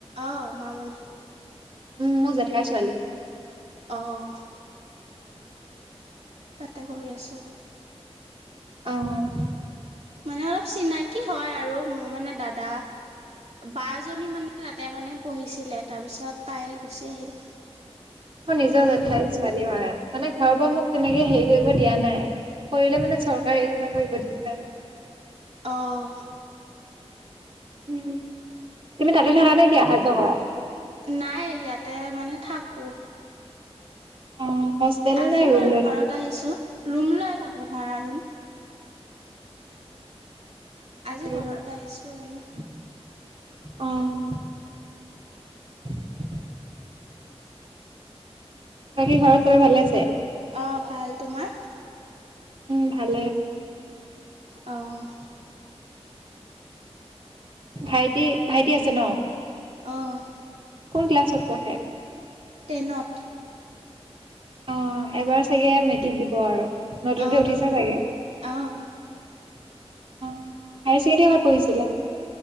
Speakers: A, on the right; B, on the right.
A: অ' মামণি।
B: উম মোৰ জেঠাইৰ ছোৱালী।
A: অ'। তাতে কৰি আছো।
B: অ'।
A: মানে অলপ চিনাকি হয় আৰু মোৰ মানে দাদা বা জনী মানে তাতে মানে পঢ়িছিলে তাৰ পিছত তাই গুচি আহিল।
B: মোৰ নিজৰ
A: সেইটো
B: জেঠাই
A: কাৰণে
B: ছোৱালী হয় মানে ঘৰৰ পৰা মোক তেনেকে হেৰি কৰিব দিয়া নাই কৰিলে মানে চৰকাৰী কেইটা কৰিব দিছে আৰু।
A: অ'।
B: উম, তুমি তাতে থাকা নে কি অহা যোৱা কৰা?
A: নাই ইয়াতে মানে থাকো।
B: অ', হোষ্টেল
A: আজি
B: নে
A: মই
B: ৰুম লৈ
A: ঘৰত
B: থাকা?
A: আহিছোঁ ৰুম লৈ থাকোঁ ভাড়া ৰুম।
B: ভালেই।
A: আজি ঘৰত আহিছো মানে।
B: অ'। <inaudible> বাকী ঘৰত চবে ভালে আছে?
A: অ', ভাল তোমাৰ?
B: উম, ভালে।
A: অ',
B: ভাইটি ভাইটি আছে ন?
A: অ',
B: কোন ক্লাছত পঢ়ে?
A: তেনত।
B: অ', এবাৰ চাগে মেট্ৰিক দিব আৰু। নতুনকৈ
A: অঁ
B: উঠিছে চাগে?
A: অঁ
B: অ', হাই ছেকেণ্ডাৰী কত পঢ়িছিলা?